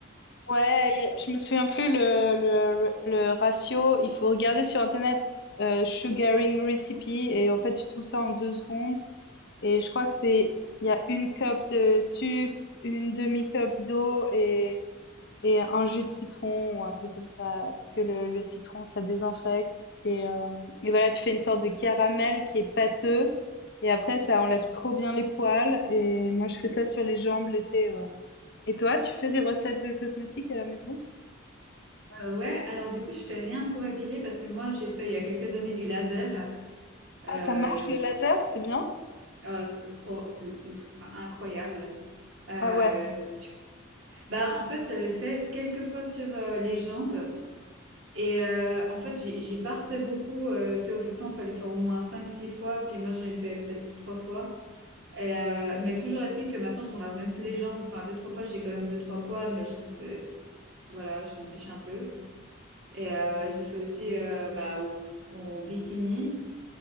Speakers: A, on the left (about 55°); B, on the right (about 70°).
A: ouais, y a- je me souviens plus le, le, le ratio. Il faut regarder sur Internet euh, sugaring recipe et en fait, tu trouves ça en deux secondes. Et je crois que c'est, il y a une cup de sucre, une demi-cup d'eau et Et un jus de citron ou un truc comme ça, parce que le, le citron, ça désinfecte. Et, euh, et voilà, tu fais une sorte de caramel qui est pâteux. Et après, ça enlève trop bien les poils. Et moi, je fais ça sur les jambes l'été. ouais. Et toi, tu fais des recettes de cosmétiques à la maison?
B: Euh, ouais, alors du coup, je fais rien pour épiler parce que moi, j'ai fait il y a quelques années du laser.
A: Ah,
B: Euh,
A: ça marche le laser, c'est bien?
B: oh, t- trop de ouf, enfin incroyable. Euh,
A: Ah ouais.
B: tu- Bah, en fait, j'avais fait quelques fois sur euh, les jambes. Et euh, en fait, j'ai j'ai pas refait beaucoup. euh, théoriquement, il fallait faire au moins cinq six fois. Puis moi, j'en ai fait peut-être 3 fois. Et, euh, mais toujours est-il que maintenant, je me rase même plus les jambes. Enfin, deux trois fois, j'ai quand même deux trois poils, mais je trouve que c'est... Voilà, je m'en fiche un peu. Et euh, j'ai fait aussi euh, bah, au, au bikini.